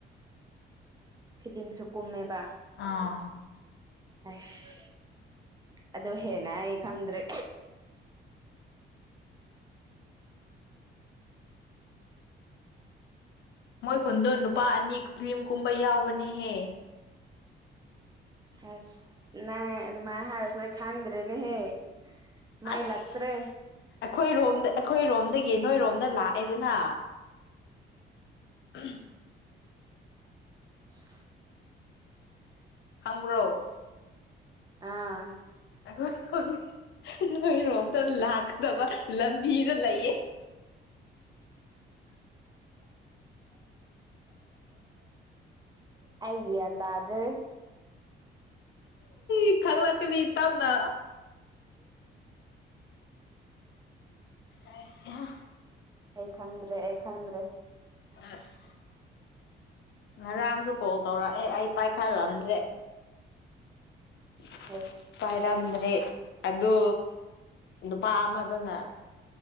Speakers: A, on the right; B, on the left.
A: ꯐꯤꯂꯤꯝꯁꯨ ꯀꯨꯝꯃꯦꯕ
B: ꯑꯥ
A: ꯑꯩꯁ ꯑꯗꯨ ꯍꯦꯟꯅ ꯑꯩ ꯈꯪꯗ꯭ꯔꯦ
B: ꯃꯣꯏ ꯈꯨꯟꯗꯣ ꯅꯨꯄꯥ ꯑꯅꯤ ꯐꯤꯂꯤꯝ ꯀꯨꯝꯕ ꯌꯥꯎꯕꯅꯦꯍꯦ
A: ꯑꯁ ꯅꯪ ꯑꯗꯨꯃꯥꯏ ꯍꯥꯏꯔꯁꯨ ꯑꯩ ꯈꯪꯗ꯭ꯔꯦꯅꯦ ꯍꯦ ꯃꯩ
B: ꯑꯁ
A: ꯂꯥꯥꯛꯇ꯭ꯔꯦ
B: ꯑꯩꯈꯣꯏꯔꯣꯝꯗ ꯑꯩꯈꯣꯏꯔꯣꯝꯗꯒꯤ ꯅꯣꯏꯔꯣꯝꯗ ꯂꯥꯛꯑꯦꯗꯅ <inaudible>
A: <inaudible>
B: ꯈꯪꯕ꯭ꯔꯣ
A: ꯑꯥ
B: ꯑꯈꯣꯏꯔꯣꯝꯗꯩꯩ ꯅꯣꯏꯔꯣꯝꯗ ꯂꯥꯛꯀꯗꯕ ꯂꯝꯕꯤꯗ ꯂꯩꯌꯦ
A: ꯑꯩ ꯒꯌ꯭ꯥꯟ ꯇꯥꯗ꯭ꯔꯦ
B: ꯏ ꯈꯪꯂꯛꯀꯅꯤ ꯇꯞꯅ ꯑꯩ ꯍꯥ
A: ꯑꯩ ꯈꯪꯗ꯭ꯔꯦ ꯑꯩ ꯈꯪꯗ꯭ꯔꯦ
B: ꯑꯁ ꯉꯔꯥꯡꯁꯨ ꯀꯣꯜ ꯇꯧꯔꯛꯑꯦ ꯑꯩ ꯄꯥꯏꯈꯠꯂꯝꯗ꯭ꯔꯦ <inaudible>
A: ꯑꯩꯁ
B: ꯄꯥꯏꯔꯝꯗ꯭ꯔꯦ ꯑꯗꯨ ꯅꯨꯄꯥ ꯑꯃꯗꯨꯅ